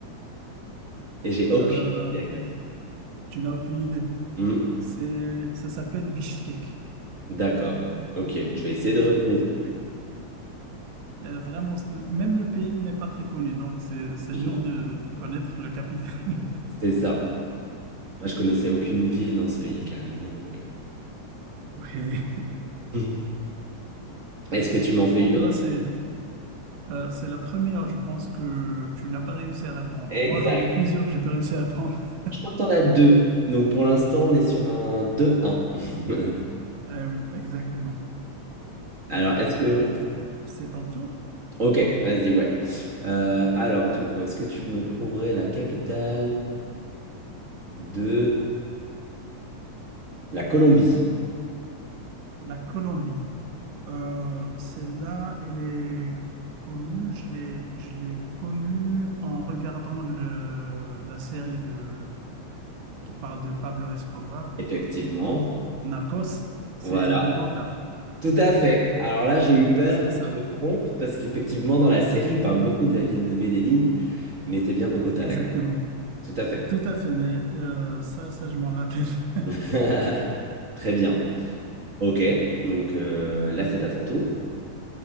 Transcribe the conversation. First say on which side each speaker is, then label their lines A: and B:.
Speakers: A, on the right; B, on the right.
A: Et j'ai aucune
B: <laughs> euh,
A: idée, d'ailleurs.
B: tu n'as aucune idée.
A: Hmm,
B: C'est, ça s'appelle Bishkek.
A: d'accord. Ok, je vais essayer
B: Bishkek,
A: de retenir.
B: oui. Euh, vraiment, c'est- même le pays n'est pas très connu, donc c'est
A: effectivement.
B: c'est dur de connaître le capital. <laughs>
A: C'est ça. Moi, je connaissais aucune ville dans ce pays carrément, donc.
B: Ok.
A: euh. <laughs> Est-ce que tu m'en fais
B: Donc
A: une autre?
B: là, c'est Euh, c'est la première, je pense, que tu n'as pas réussi à répondre.
A: Exact.
B: Moi, j'en ai plusieurs que j'ai pas réussi à répondre. <laughs>
A: Je crois que t'en as deux. Donc pour l'instant, on est sur un deux un. <laughs>
B: Ah oui, exactement.
A: Alors,
B: Donc
A: est-ce
B: là,
A: que...
B: c'est ton tour.
A: Ok, vas-y, ouais. Euh, alors, du coup, est-ce que tu me trouverais la capitale de la Colombie?
B: La Colombie. Euh, celle-là, elle est connue. Je l'ai, je l'ai connue en regardant le, la série de, qui parle de Pablo Escobar,
A: Effectivement.
B: Narcos. C'est
A: Voilà.
B: Bogota.
A: Tout à fait. Alors là, j'ai eu peur
B: C'est
A: que
B: ça,
A: tu te trompes parce qu'effectivement, dans la série, il parle beaucoup de la ville de Medellín, mais c'est bien Bogota,
B: exactement.
A: là. Tout à fait.
B: Tout à fait, mais euh, ça, ça, je m'en rappelle.
A: <laughs>
B: <laughs>
A: Très bien. Ok. Donc euh, là, c'est à ton tour.